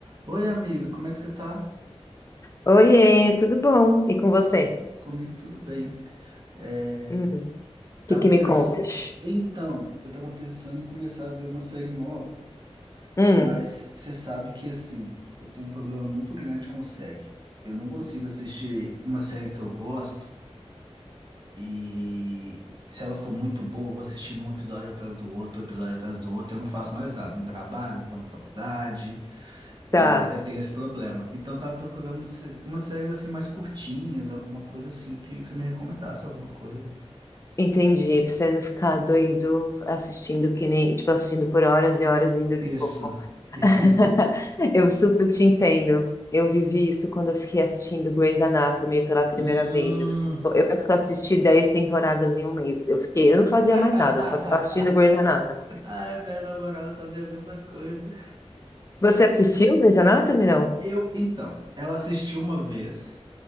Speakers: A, on the right; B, on the left.
A: Oi, amiga, como é que você tá?
B: Oiê, tudo bom? E com você?
A: Comigo tudo bem. É,
B: Hum, o
A: tava
B: que que me
A: pens...
B: contas?
A: Então, eu tava pensando em começar a ver uma série nova,
B: Hum,
A: mas você sabe que, assim, eu tenho um problema muito grande com série. Eu não consigo assistir uma série que eu gosto e se ela for muito boa, eu vou assistindo um episódio atrás do outro, um episódio atrás do outro, eu não faço mais nada. Não trabalho, não vou na faculdade,
B: tá,
A: E eu tenho esse problema. Então, eu tava procurando se- umas séries assim mais curtinhas, alguma coisa assim. Queria que você me recomendasse alguma coisa.
B: entendi. Pra você não ficar doido assistindo que nem, tipo, assistindo por horas e horas e dormir
A: Isso,
B: pouco. <laughs>
A: <laughs> isso.
B: Eu super te entendo. Eu vivi isso quando eu fiquei assistindo Grey's Anatomy pela primeira
A: Hum.
B: vez. Eu fiquei, tipo, eu assisti 10 temporadas em um mês. Eu fiquei, eu não fazia
A: <laughs>
B: mais nada, só ficava assistindo Grey's Anatomy.
A: Ai, minha namorada fazia a mesma coisa.
B: Você assistiu Grey's Anatomy, não?
A: Eu, então, ela assistiu uma vez